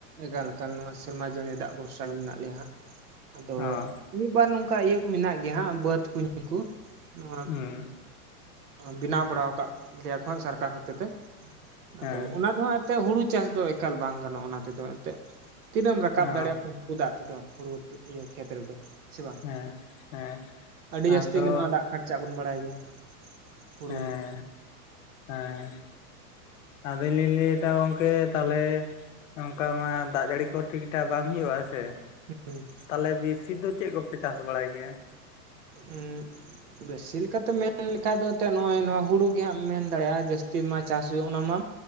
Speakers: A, on the right (about 70°); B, on the left (about 55°).
A: ᱮᱠᱟᱞ ᱮᱠᱟᱞ ᱱᱚᱣᱟ ᱥᱮᱨᱢᱟ ᱡᱟᱹᱲᱤ ᱫᱟᱜ ᱵᱷᱚᱨᱥᱟ ᱜᱮ ᱢᱮᱱᱟᱜ ᱞᱮᱭᱟ ᱦᱟᱸᱜ, ᱟᱫᱚ
B: ᱚ
A: ᱢᱤᱫᱵᱟᱨ ᱱᱚᱝᱠᱟ ᱤᱭᱟᱹ ᱠᱚ ᱢᱮᱱᱟᱜ ᱜᱮᱭᱟ ᱦᱟᱸᱜ ᱵᱟᱹᱫ ᱠᱩᱧ ᱩᱱᱠᱩ ᱱᱚᱣᱟ
B: ᱦᱩᱸ
A: ᱵᱮᱱᱟᱣ ᱵᱟᱲᱟᱣ ᱠᱟᱜ ᱞᱮᱭᱟ ᱠᱚ ᱦᱟᱸᱜ ᱥᱟᱨᱠᱟᱨ ᱦᱚᱛᱮᱛᱮ᱾
B: ᱦᱮᱸ
A: ᱟᱫᱚ ᱚᱱᱟ ᱫᱚ ᱦᱟᱸᱜ ᱛᱮ ᱦᱩᱲᱩ ᱪᱟᱥ ᱫᱚ ᱮᱠᱟᱞ ᱵᱟᱝ ᱜᱟᱱᱚᱜ-ᱟ ᱚᱱᱟ ᱛᱮᱫᱚ ᱮᱱᱛᱮᱜ᱾ ᱛᱤᱱᱟᱹᱢ ᱨᱟᱠᱟᱵ
B: ᱚ
A: ᱫᱟᱲᱨᱜ-ᱟ <unintelligible> ᱫᱟᱜ᱾ ᱛᱮᱫᱚ ᱦᱩᱲᱩ ᱤᱭᱟᱹ ᱠᱷᱮᱛ ᱨᱮᱫᱚ, ᱥᱮ ᱵᱟᱝ?
B: ᱦᱮᱸ ᱦᱮᱸ
A: ᱟᱹᱰᱤ ᱡᱟᱹᱥᱛᱤ
B: ᱟᱫᱚ
A: ᱜᱮ ᱱᱚᱣᱟ ᱫᱟᱜ ᱠᱷᱟᱨ ᱪᱟᱜ ᱵᱚᱱ ᱵᱟᱲᱟᱭ ᱜᱮᱭᱟ᱾ ᱦᱩᱲᱩ
B: ᱦᱮᱸ
A: ᱨᱮᱫᱚ
B: ᱦᱮᱸ᱾ ᱟᱫᱚ ᱞᱤᱧ ᱞᱮᱭᱫᱟ ᱜᱚᱝᱠᱮ ᱛᱟᱦᱞᱮ ᱚᱝᱠᱟ ᱢᱟ ᱫᱟᱜ ᱡᱟᱹᱲᱤ ᱠᱚᱦᱚᱸ ᱴᱷᱤᱠᱴᱷᱟᱠ ᱵᱟᱝ ᱦᱳᱭᱳᱜ-ᱟ, ᱦᱮᱸ ᱥᱮ᱾
A: ᱦᱩᱸ᱾
B: ᱛᱟᱞᱦᱮ ᱵᱤᱥᱤ ᱫᱚ ᱪᱮᱜ ᱠᱚᱯᱮ ᱪᱟᱥ ᱵᱟᱲᱟᱭ ᱜᱮᱭᱟ?
A: ᱩᱸᱜ ᱵᱮᱥᱤ ᱞᱮᱠᱟᱛᱮᱢ ᱢᱮᱱ ᱞᱮᱠᱷᱟᱡ ᱫᱚ ᱮᱛᱮᱜ ᱱᱚᱜ-ᱚᱭ ᱱᱚᱣᱟ ᱦᱩᱲᱩ ᱜᱮ ᱦᱟᱸᱜ ᱮᱢ ᱢᱮᱱ ᱫᱟᱲᱮᱜ-ᱟ ᱡᱟᱹᱥᱛᱤ ᱢᱟ ᱪᱟᱥ ᱦᱩᱭᱩᱜ-ᱟ ᱚᱱᱟ ᱢᱟ